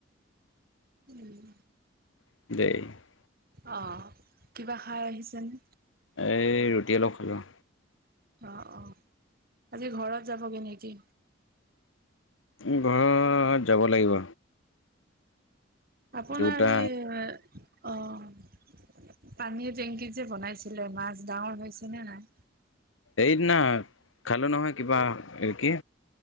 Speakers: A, on the right (about 50°); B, on the left (about 90°).
A: উম।
B: <unintelligible>
A: অ' কিবা খাই আহিছানে?
B: এই ৰুটি অলপ খালোঁ।
A: অ', অ' আজি ঘৰত যাবগে নকি?
B: উম, ঘৰত যাব লাগিব।
A: আপোনাৰ
B: দুটা
A: সেই অ' পানীৰ টেংকীত যে বনাইছিলে মাছ, ডাঙৰ হৈছেনে নাই?
B: এইদিনা খালোঁ নহয় কিবা এই কি